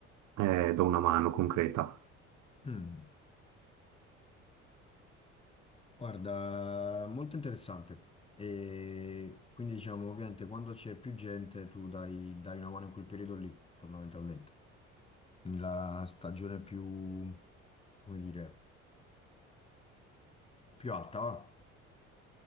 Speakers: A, on the right (about 55°); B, on the left (about 15°).
A: eh, do una mano concreta.
B: Mm. Guarda, molto interessante. E quindi diciamo, ovviamente, quando c'è più gente, tu dai, dai una mano in quel periodo lì, fondamentalmente. Nella stagione più, come dire... Più alta, va?